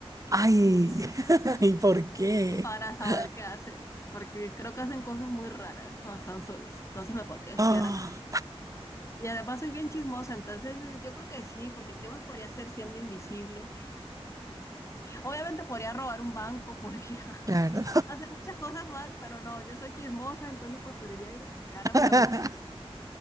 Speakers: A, on the right; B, on the left.
A: ¡Ay! <laughs> ¿Y por qué?
B: para saber
A: <gasps>
B: qué hacen, porque creo que hacen cosas muy raras cuando están solos. Entonces me podría espiar
A: Ah,
B: a la gente. Y además soy bien chismosa, entonces eh, yo creo que sí, porque ¿qué más podría hacer siendo invisible? Obviamente podría robar un banco, podría <laughs>
A: claro.
B: hacer muchas cosas más, pero no, yo soy chismosa, entonces preferiría ir a espiar
A: <laughs>
B: a mis amigos